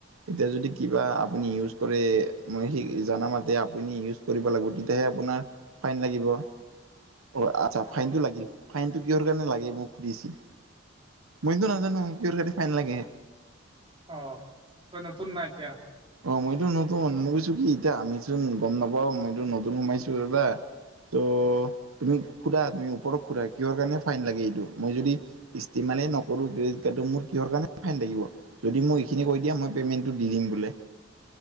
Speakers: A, on the right (about 90°); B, on the right (about 25°).
A: এতিয়া যদি কিবা আপুনি ইউজ কৰে মই সেই জানামতে আপুনি ইউ- কৰিব লাগিব তেতিয়াহে আপোনাৰ ফাইন লাগিব অ আচ্ছা
B: অ
A: ফাইন টো লাগিল ফাইন টো কিহৰ কাৰণে লাগে মোক সুধিছিল মইতো নাজানো কিহৰ কাৰণে ফাইন লাগে
B: অ তই নতুন না এতিয়া
A: অ মইতো নতুন মই কৈছো কি এতিয়া আমিচোন গম নাপাওঁ মইতো নতুন সোমাইছো দাদা ত' তুমি সোধা তুমি ওপৰত সোধা কিহৰ কাৰণে ফাইন লাগে এইটো মই যদি ইসষ্টিমালেই নকৰো ডে যেতিয়া তো মোৰ কিহৰ কাৰণে ফাইন লাগিব। যদি মোক এইখিনি কৈ দিয়া মই পে'মেণ্টটো দি দিম বোলে।